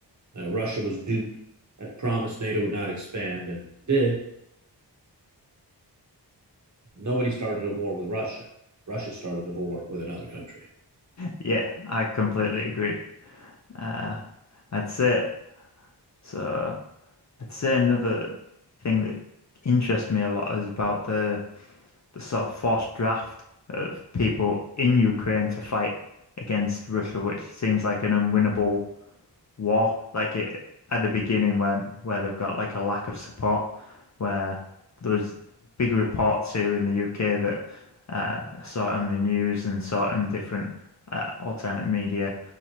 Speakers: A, on the right; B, on the left.
A: Uh, Russia was duped. It promised NATO would not expand and did. Nobody started a war with Russia. Russia started a war with another country.
B: Yeah, I completely agree. Uh, I'd say so. I'd say another thing that interests me a lot is about the the sort of forced draft of people in Ukraine to fight against Russia, which seems like an unwinnable war. Like it at the beginning when where they've got like a lack of support, where there was big reports here in the UK that uh, I saw it on the news and saw it on different uh, alternate media,